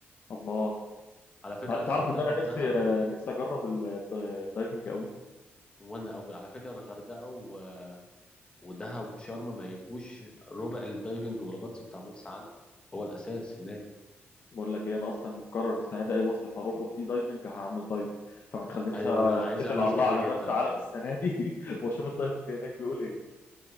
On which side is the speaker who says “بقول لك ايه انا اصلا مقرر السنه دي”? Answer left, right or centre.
Left